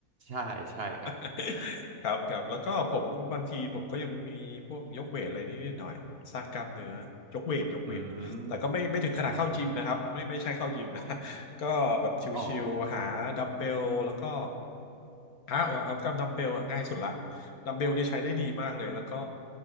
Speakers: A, on the right; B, on the left.
A: ใช่ใช่ครับ
B: <laughs> ครับครับแล้วก็ผมบางทีผมก็ยังมีพวกยกเวทอะไรนิดหน่อยสร้างกล้ามเนื้อยกเวทยกเวทแต่ก็ไม่ไม่ถึงขนาดเข้าจิมนะครับไม่ไม่ใช่เข้ายิมนะ
A: อืมอืม
B: <laughs> ก็แบบชิวๆหาดัมเบลแล้วก็
A: อ๋ออ๋อ
B: หาเอาครับกับดัมเบลอะง่ายสุดละดัมเบลเนี่ยใช้ได้ดีมากเลยแล้วก็